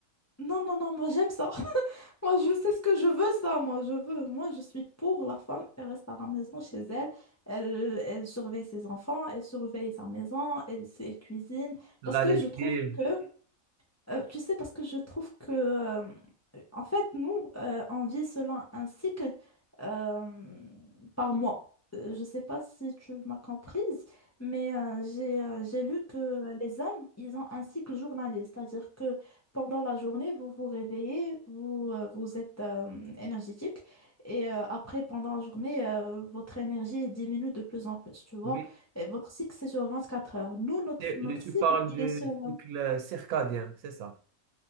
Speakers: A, on the left; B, on the right.
A: Non, non, non, moi j'aime ça. <laughs> Moi je sais ce que je veux, ça. Moi je veux. Moi je suis pour la femme. Elle reste à la maison chez elle. Elle, elle surveille ses enfants, elle surveille sa maison, elle, elle cuisine.
B: La
A: Parce que
B: lessive,
A: je trouve que euh, tu sais, parce que je trouve que, euh, en fait, nous, euh, on vit selon un cycle euh, par mois. Euh, je ne sais pas si tu m'as comprise, mais euh, j'ai euh, j'ai lu que euh, les hommes, ils ont un cycle journalier, c'est-à-dire que pendant la journée, vous vous réveillez, vous, euh, vous êtes euh, énergétique, et euh, après, pendant la journée, euh, votre énergie diminue de plus en plus, tu vois.
B: oui.
A: Et votre cycle, c'est sur 24 heures. Nous, notre,
B: Et
A: notre
B: le- Tu
A: cycle,
B: parles
A: il
B: du
A: est sur
B: cycle circadien, c'est ça.